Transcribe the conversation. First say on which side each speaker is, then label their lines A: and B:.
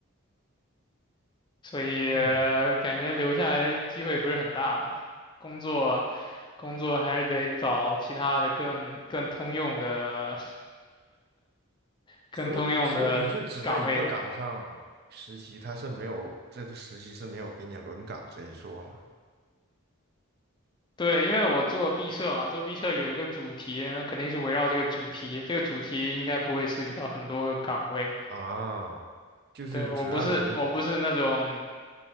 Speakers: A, on the left; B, on the right.
A: 所以呃感觉留下来机会不是很大吧。
B: 嗯，
A: 工作工作还是得找其他的更更通用的 <laughs> 更通用的岗位吧。
B: 所以所以你就只在一个岗上实习，他是没有这个实习是没有给你轮岗这一说嘛？
A: 对，因为我做毕设嘛，做毕设有一个主题，那肯定是围绕这个主题。这个主题应该不会涉及到很多个岗位。
B: 啊，就是只让你们
A: 对，我不是，我不是那种